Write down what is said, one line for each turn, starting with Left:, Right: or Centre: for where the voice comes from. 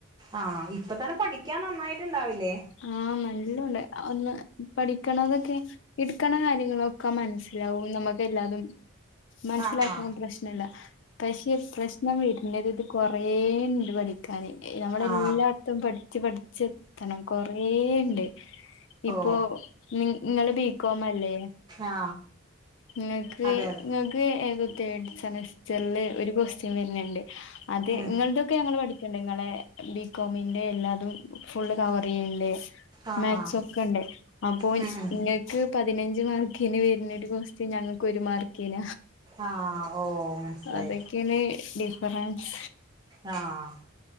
Right: ആഹ് ഇപ്പ തന്നെ പഠിക്കാൻ നന്നായിട്ട്ണ്ടാവില്ലേ?
Left: ആഹ് നല്ലോണ്ട് ഒന്ന് പഠിക്കണന്നൊക്കെ. ഇട്ക്കണ കാര്യങ്ങളൊക്കെ മനസ്സ്ലാവും നമക്ക് എല്ലാതും. മൻസ്സിലാക്കാൻ
Right: ആ ആ
Left: പ്രശ്നല്ല പക്ഷെ പ്രശ്നം വര്നത് ഇത് കൊറേണ്ട് പഠി കന് നമ്മളെല്ലാത്തും
Right: ആ
Left: പഠിച്ച് പഠിച്ചെത്തണം കൊറേയ്ണ്ട്. ഇപ്പോ
Right: ഓ
Left: നിങ്ങ ങ്ങള് ബീക്കോമല്ലേ?
Right: ആ
Left: ഇങ്ങക്ക്
Right: അതെ അതെ
Left: ങ്ങക്ക് ഏത് തേഡ് സെമസ്റ്ററ്ല് ഒരു കൊസ്റ്റ്ൻ വര്ണ് ണ്ട്. അത്
Right: ഉം
Left: ങ്ങൾതൊക്കെ ഞങ്ങൾ പഠി പെണ്ണ്ങ്ങളെ ബികോമിന്റെ എല്ലാതും ഫുള്ള് കവറെയ്യ്ണ്ട്.
Right: ആ
Left: മാക്സൊക്കെണ്ട്
Right: ആ
Left: അപ്പോ
Right: ഉം ഉം
Left: ഇങ്ങ ക്ക് പതിനഞ്ച് മാർക്കിന് വര്നൊരു കോസ്റ്റ് ഞങ്ങക്കൊരു മാർക്കിന.
Right: ആഹ് ഓ മനസ്സിലായി
Left: അതക്കെന് ഡിഫറൻസ്.
Right: ആഹ്